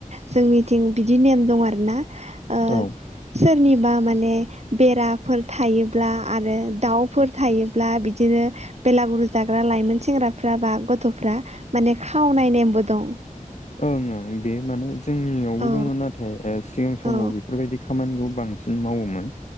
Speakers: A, on the right; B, on the left.
A: जोंनिथिं बिदि नेम दं आरोना ओ
B: औ
A: सोरनिबा माने बेराफोर थायोब्ला आरो दाउफोर थायोब्ला बिदिनो बेलागुरु जाग्रा लाइमोन सेंग्राफ्रा बा गथ'फ्रा माने खावनाय नेमबो दं।
B: ओं ओं बे माने जोंनियावबो
A: औ
B: दङ नाथाय ओ सिगां समाव
A: औ
B: बेफोरबायदि खामानिखौ बांसिन मावोमोन